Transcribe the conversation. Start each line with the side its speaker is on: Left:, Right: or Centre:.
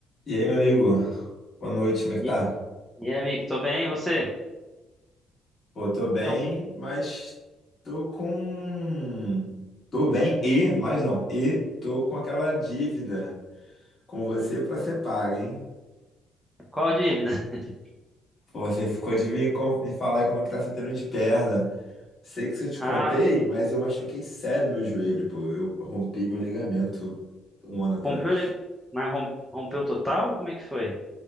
Left: E aí, meu amigo? Boa noite, como é que
Centre: E,
Left: tá?
Centre: e aí, amigo, tô bem, e você?
Left: Pô, tô bem,
Centre: Então,
Left: mas tô com. Tô bem e, mas não, e tô com aquela dívida com você pra ser paga, hein?
Centre: qual dívida? <laughs>
Left: Pô, você ficou de me, com- me falar aí como é que tá seu treino de perna. Sei que se eu te
Centre: Ah,
Left: contei, mas eu machuquei sério meu joelho, pô. Eu rompi meu ligamento um ano atrás.
Centre: rompeu, ele- mas rom- rompeu total? Como é que foi?